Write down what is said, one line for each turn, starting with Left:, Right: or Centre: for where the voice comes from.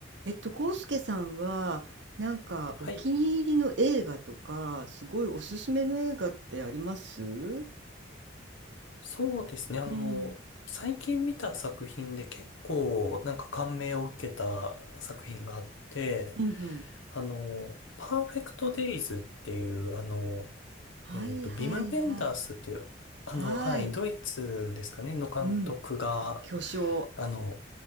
Right: えっと、康介さんは、なんかお気に入りの映画とか、
Left: はい。
Right: すごいおすすめの映画ってありますうん
Left: そうですね。あの、
Right: うん。
Left: 最近見た作品で結構なんか感銘を受けた作品があって、
Right: うん。
Left: あの、パーフェクトデイズっていう、あの、
Right: はいはいはい。
Left: えっと、ビム・ベンダースっていう、あの、
Right: はい。
Left: はい、ドイツですかね、の監督が、
Right: うん。巨匠。
Left: あの、